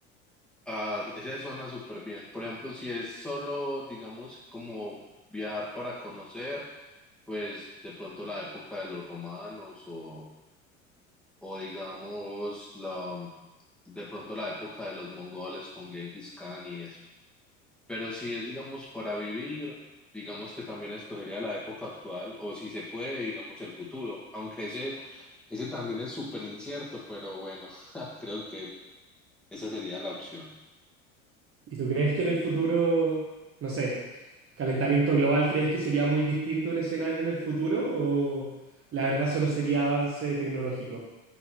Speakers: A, in the centre; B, on the right.
A: Ah, ese suena súper bien. Por ejemplo, si es solo, digamos, como viajar para conocer, pues de pronto la época de los romanos o, o digamos, la, de pronto la época de los mongoles con Genghis Khan y eso. Pero si es, digamos, para vivir, digamos que también escogería la época actual o si se puede, digamos, el futuro. Aunque ese, ese también es súper incierto, pero bueno, <laughs> creo que esa sería la opción.
B: ¿Y tú crees que en el futuro, no sé, calentamiento global, crees que sería muy distinto un escenario en el futuro o la verdad solo sería avance tecnológico?